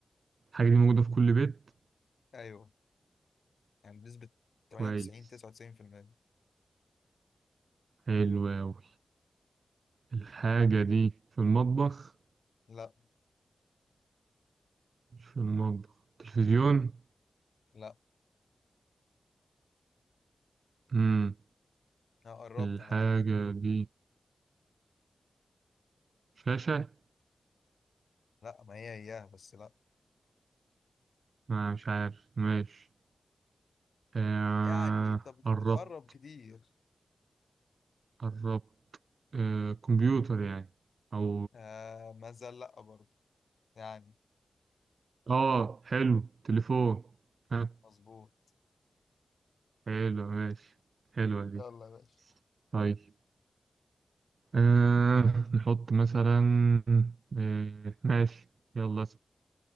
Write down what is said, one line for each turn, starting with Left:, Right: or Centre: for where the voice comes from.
Right: الحاجه دي موجوده في كل بيت
Left: أيوه يعني بنسبة 98
Right: كويس
Left: 99%
Right: حلو أوي الحاجة دي في المطبخ
Left: لا
Right: مش في المطبخ تلفزيون
Left: لا
Right: مم.
Left: أنا قربت
Right: الحاجة
Left: على فكرة
Right: دي شاشة
Left: لا ما هي إياها بس لا
Right: آه مش عارف ماشي آه
Left: يعني أنت بت-
Right: قربت
Left: بتقرب كتير
Right: قربت آه كمبيوتر يعني أو
Left: آه ما زال لا برضه يعني
Right: آه حلو تليفون ها
Left: مظبوط
Right: حلو ماشي حلوة دي
Left: يلا يا باشا
Right: طيب آه نحط مثلا آه ماشي يلا